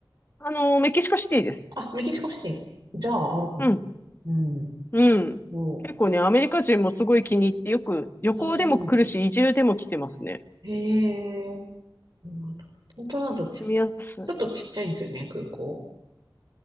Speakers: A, on the left; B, on the right.
A: あの、メキシコシティです。
B: あ、メキシコシティ。じゃあ、あるかも。
A: うん、
B: うん。
A: うん。
B: も
A: 結構ね、アメリカ人もすごい気に入ってよく旅行でも来るし、
B: う、うん。
A: 移住でも来てますね。
B: へえ。なんだポートランドち、
A: 住みやすい。
B: ちょっとちっちゃいんですよね、空港。